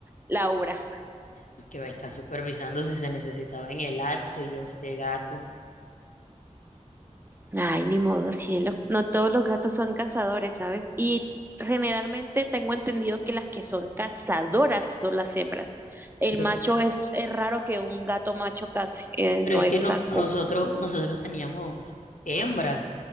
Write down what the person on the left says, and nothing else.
Lo que va a estar supervisando si se necesitaba en el acto, y yo este gato.
Yo,
pero
es
que no,
nosotros, nosotros teníamos hembras